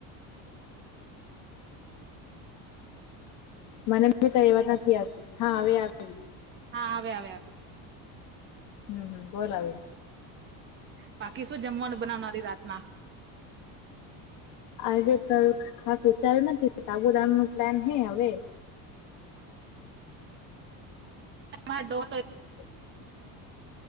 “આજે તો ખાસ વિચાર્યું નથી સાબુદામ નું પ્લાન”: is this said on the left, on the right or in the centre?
Left